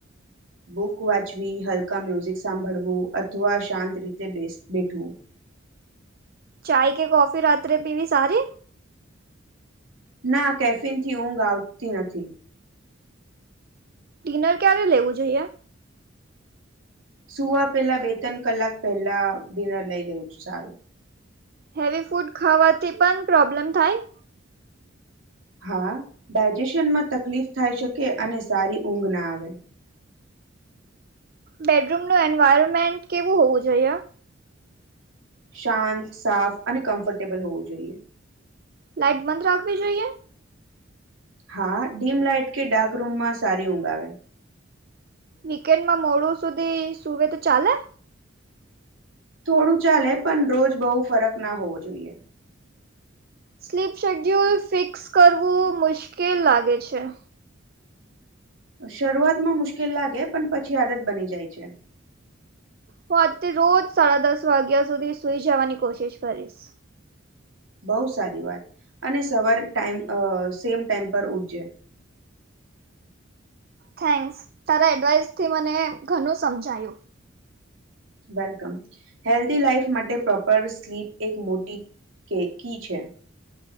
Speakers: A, on the right; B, on the right.
A: બુક વાંચવી હલકા મ્યુઝિક સાંભળવું અથવા શાંત રીતે બે બેઠવું
B: ચાય કે કોફી રાત્રે પીવી સારી
A: ના કેફિન થી ઊંઘ આવતી નથી
B: ડિનર ક્યારે લેવું જોઈએ.
A: સુવા પેલા બે ત્રણ કલાક પહેલા ડિનર લઈ લેવું સારું
B: હેવી ફૂડ ખાવાથી પણ પ્રોબ્લેમ થાય
A: હા ડાયજેશનમાં તકલીફ થાય શકે અને સારી ઊંઘ ના આવે.
B: બેડરૂમનું એન્વાયરમેન્ટ કેવું હોવું જોઈએ.
A: શાંત સાફ અને કમ્ફર્ટેબલ હોવું જોઈએ.
B: લાઈટ બંધ રાખવી જોઈએ
A: હા ડીમ લાાઈટ કે ડાર્ક રૂમમાં સારી ઊંઘ આવે
B: વીકેન્ડમાં મોડું સુધી સુવે તો ચાલે
A: થોડું ચાલે પણ રોજ બહુ ફરક ના હોવો જોઈએ.
B: સ્લીપ શેડ્યુલ ફિક્સ કરવું મુશ્કેલ લાગે છે.
A: શરૂઆત માં મુશ્કેલ લાગે પણ પછી આદત બની જાય છે.
B: હું આજથી રોજ સાડા દસ વાગ્યા સુધી સુઈ જવાની કોશિશ કરીશ
A: બહું સારી વાત અને સવાર ટાઈમ સેમ ટાઈમ પર ઉઠજે
B: થેન્ક્સ તારા એડવાઈસથી મને ઘણું સમજાયું
A: વેલકમ હેલ્ધી લાઈફ માટે પ્રોપર સ્લીપ એક મોટી કે કી છે